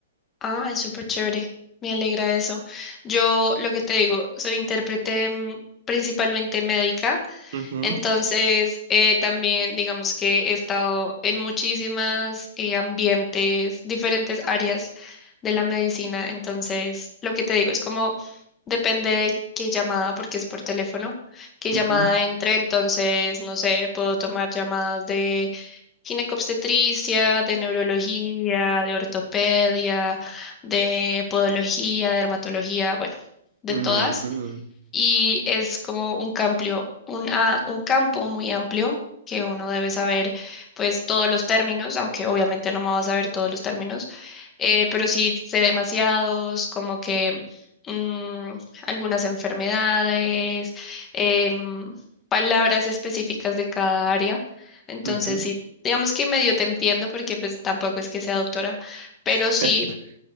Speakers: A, on the left; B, on the right.
A: Ah, es súper chévere. Me alegra eso. Yo lo que te digo, soy intérprete mm, principalmente médica,
B: Ujú,
A: entonces eh, también digamos que he estado en muchísimas eh, ambientes, diferentes áreas de la medicina, entonces lo que te digo es como depende de qué llamada, porque es por teléfono, qué
B: ujú,
A: llamada entre, entonces no sé, puedo tomar llamadas ginecobstetricia, de neurología, de ortopedia, de podología, dermatología, bueno, de
B: mm,
A: todas
B: mm,
A: y es como un cambio, un, a- un campo muy amplio que uno debe saber pues todos los términos, aunque obviamente no me va a saber todos los términos, eh, pero sí sé demasiados, como que mm, algunas enfermedades, em, palabras específicas de cada área. Entonces
B: ujú.
A: sí, digamos que medio te entiendo porque pues tampoco es que sea doctora, pero
B: <laughs>
A: sí